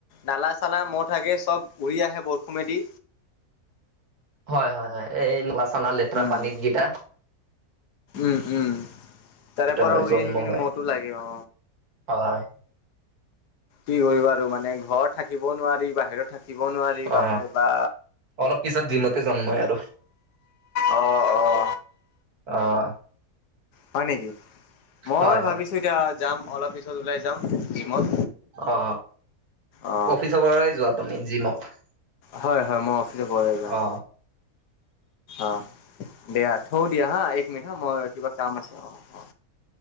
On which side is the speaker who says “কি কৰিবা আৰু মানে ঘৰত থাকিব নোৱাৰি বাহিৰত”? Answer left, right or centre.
Left